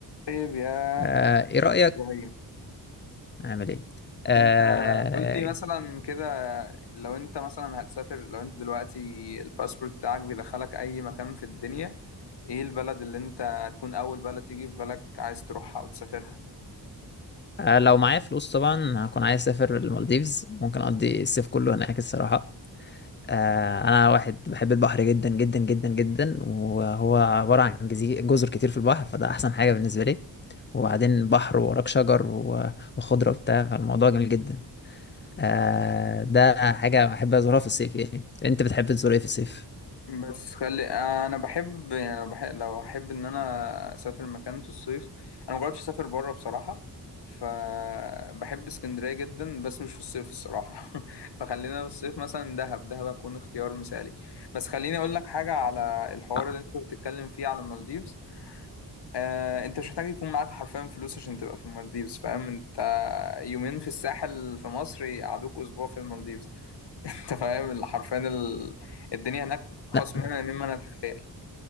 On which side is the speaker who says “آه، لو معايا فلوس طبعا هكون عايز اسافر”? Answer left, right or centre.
Left